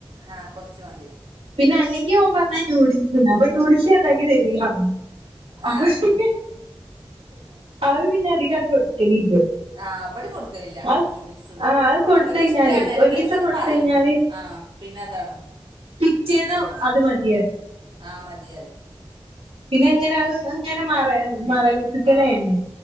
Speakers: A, on the right; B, on the right.
A: ആഹ് കൊറച്ച് മതി
B: പിന്നെ അല്ലെങ്കിൽ ഓൻ പറഞെ നൂഡിൽസ അപ്പൊ ഈ ന്യൂഡിൽസ് ഞാൻ ഇണ്ടാക്കി തരൂല പറഞ്ഞ് അവന്
A: ആഹ്
B: പിന്നെ അത് പിന്നെ അധികാണ്ട് കൊടുക്കലില്ല
A: ആഹ് ഇബടിം കൊടുക്കലില്ല
B: അത്
A: നൂഡിൽസൊന്നും
B: ആ അത് കൊടുത്തു
A: മക്കക്ക്
B: കഴിഞ്ഞാല്
A: ഇഷ്ട്ടാണ് എടക്കൊക്കെ
B: ഒരു ദിവസം
A: ഇങ്ങനെ
B: കൊടുത്തു
A: പറയും
B: കഴിഞ്ഞാല്
A: ആഹ് പിന്നെ അതാണ്
B: പിറ്റേന്നും
A: ആഹ്
B: അത് മതി പറയും
A: ആഹ് മതി പറിയെ
B: പിന്നെ ഇങ്ങനെ അത് ഇങ്ങനെ മറവി മറവിപ്പിക്കലാണ്
A: ആഹ്